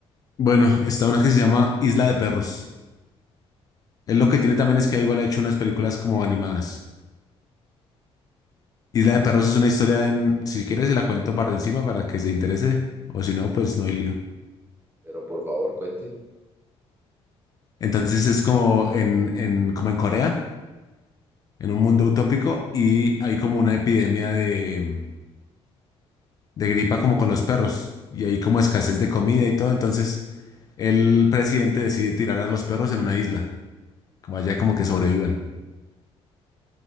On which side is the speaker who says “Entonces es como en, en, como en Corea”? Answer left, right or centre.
Left